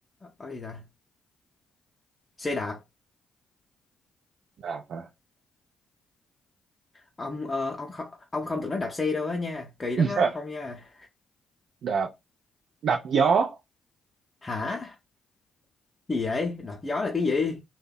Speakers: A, on the left; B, on the right.
A: ờ, gì ta xe đạp
B: đạp hả
A: ông ờ, ông không ông không từng nói đạp xe đâu á nha kỳ
B: <laughs>
A: lắm á không nha
B: đạp đạp gió
A: hả gì vậy đạp gió là cái gì